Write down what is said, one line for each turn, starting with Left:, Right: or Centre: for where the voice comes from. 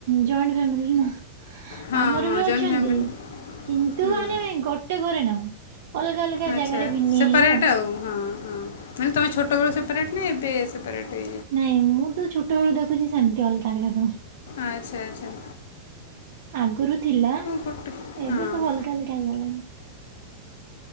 Right: ଜଏଣ୍ଟ ଫାମିଲି ନା
Left: ହଁ
Right: ଆମର
Left: ହଁ
Right: ବି ଅଛନ୍ତି।
Left: ଜଏଣ୍ଟ ଫ୍ୟାମିଲି
Right: କିନ୍ତୁ
Left: ହୁଁ
Right: ଆାନେ ଗୋଟେ ଘରେ ନାହୁଁ ଅଲଗା ଅଲଗା।
Left: ଆଚ୍ଛା
Right: ଜାଗାରେ ଭିନି
Left: ସେପାରେଟ୍
Right: ହେଇ
Left: ଆଉ ହଁ ହଁ। ମାନେ ତମେ ଛୋଟବେଳୁ ସେପାରେଟ ନା ଏବେ ସେପାରେଟ୍ ହେ
Right: ନାଇଁ ମୁଁ ତ ଛୋଟ ବେଳୁ ଦେଖୁଛି ସେମିତି ଅଲଗା ଅଲଗା ସବୁ।
Left: ଆଚ୍ଛେ ଆଛେ।
Right: ଆଗରୁ ଥିଲା
Left: ଗୋଟେ
Right: ଏବେ
Left: ହଁ
Right: ସବୁ ଅଲଗା ଅଲଗା ହେଇଗଲାଣି।